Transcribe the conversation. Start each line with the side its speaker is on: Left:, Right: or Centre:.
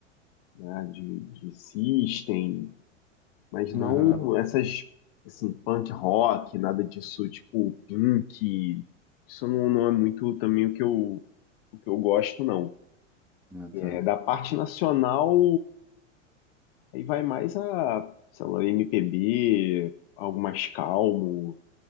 Left: né? De, de System, mas
Centre: Aham.
Left: não essas assim punk rock, nada disso, tipo Pink. Isso não, não é muito também o que eu o que eu gosto, não.
Centre: Ah, tá.
Left: É, da parte nacional Aí vai mais a, sei lá, MPB, algo mais calmo,